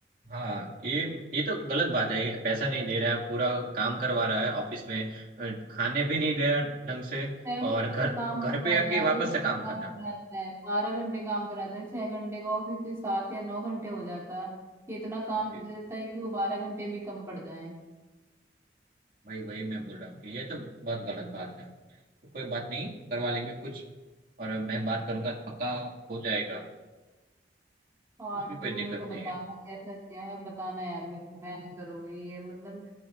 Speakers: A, on the right; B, on the right.
A: हाँ ये ये तो गलत बात है पैसा नहीं दे रहा है पूरा काम करवा रहा है ऑफिस में अ, खाने भी नहीं दे रहा ढंग से
B: छह घंटे
A: और घर
B: का काम
A: घर
B: होता
A: पे
B: है
A: आके
B: यार
A: वापस
B: ये डबल
A: से काम
B: काम
A: करना
B: कराता
A: पड़ा
B: है बारह घंटे काम कराता है छह घंटे का ऑफिसली सात या नौ घंटे हो जाता है ये इतना काम
A: जी
B: दे देता है कि वो बारह घंटे भी कम पड़ जाए
A: वही वही मैं बोल रहा हूँ कि ये तो बहुत गलत बात है तो कोई बात नहीं करवा लेंगे कुछ और मैं बात करूंगा तो पक्का हो जाएगा
B: और
A: उसकी
B: तुम
A: कोई दिक्कत
B: मेरे को बताना
A: नहीं है
B: कैसा क्या है बताना यार मेरे को मैं नहीं करूंगी ये मतलब